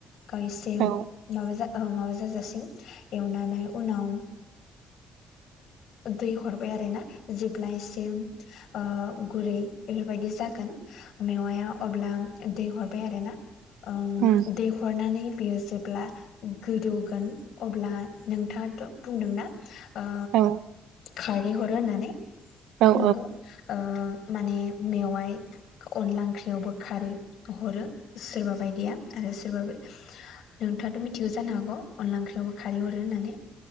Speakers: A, on the left; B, on the right.
A: गायसिम
B: औ
A: माबा माबा जाजासिम एवनानै उनाव दै हरबाय आरोना जेब्लायसिम अ गुरै बेफोरबायदि जागोन मेवाया अब्ला दै हरबाय आरो ना ओं
B: उम
A: दैहरनानै बियो जेब्ला गोदौगोन अब्ला नोंथाङाथ' बुंदोंना ओ
B: उम उम
A: खारै हरो होननानै
B: उम
A: नंगौ ओ माने मेवाइ अनला ओंख्रियावबो खारै हरो सोरबा बायदिया आरो सोरबा नोंथाङाथ' मिथिगौ जानो हागौ अनला ओंख्रियावबो खारै हरो होननानै